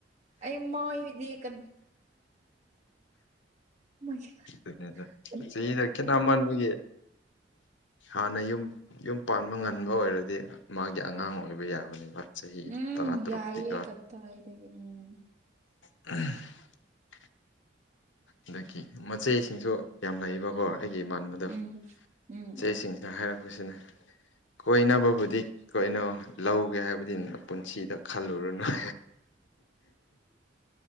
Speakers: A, on the right (about 40°); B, on the left (about 80°).
A: ꯑꯩꯃ ꯏꯗꯤ ꯀ <unintelligible>
B: ꯑꯗꯨꯅꯤꯗ ꯆꯍꯤꯗ ꯈꯦꯠꯅꯃꯥꯟꯕꯒꯤ ꯍꯥꯟꯅ ꯌꯨꯝ ꯌꯨꯝ ꯄꯥꯟꯕ ꯉꯟꯕ ꯑꯣꯏꯔꯗꯤ ꯃꯥꯒꯤ ꯑꯉꯥꯡ ꯑꯣꯏꯕ ꯌꯥꯕꯅꯦꯕ ꯆꯍꯤ
A: ꯎꯝ
B: ꯇꯔꯥ ꯇꯔꯨꯛꯇꯤꯀꯣ
A: ꯌꯥꯏꯌꯦ ꯀꯗꯥꯏꯗꯒꯤ ꯎꯝ
B: <inaudible> ꯑꯗꯒꯤ ꯃꯆꯦꯁꯤꯡꯁꯨ ꯌꯥꯝ ꯂꯩꯌꯦꯕꯀꯣ ꯑꯩꯒꯤ ꯏꯃꯥꯟꯕꯗꯣ
A: ꯎꯝ ꯎꯝ
B: ꯏꯆꯦꯁꯤꯡꯅ
A: ꯎꯝ
B: ꯍꯥꯏꯔꯛꯄꯁꯤꯅ ꯀꯣꯏꯅꯕꯕꯨꯗꯤ ꯀꯣꯏꯅꯧꯅꯣ ꯂꯧꯒꯦ ꯍꯥꯏꯕꯗꯤ ꯄꯨꯟꯁꯤꯗ ꯈꯜꯂꯨꯔꯨꯅꯨ <inaudible>